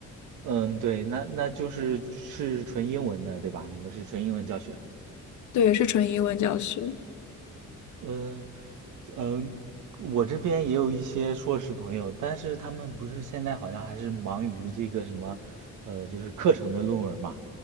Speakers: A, on the right; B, on the left.
A: 嗯，对，那那就是是纯英文的，对吧？你们是纯英文教学。
B: 对，是纯英文教学。
A: 嗯嗯，我这边也有一些硕士朋友，但是他们不是现在好像还是忙于这个什么，呃，就是课程的论文嘛，